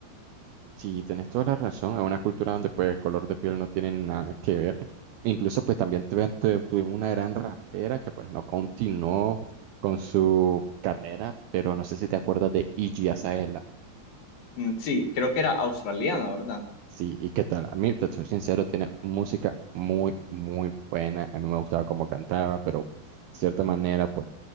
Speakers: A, on the right (about 75°); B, on the left (about 60°).
A: Sí, tenés toda la razón. Es una cultura donde pues el color de piel no tiene nada que ver. Incluso pues también tuve- tuve- tuvimos una gran rapera que pues no continuó con su carrera, pero no sé si te acuerdas de Iggy Azalea.
B: Mm, sí, creo que era australiana, ¿verdad?
A: Sí, ¿y qué tal? A mí, te soy sincero, tiene música muy, muy buena. A mí me gustaba cómo cantaba, pero de cierta manera pues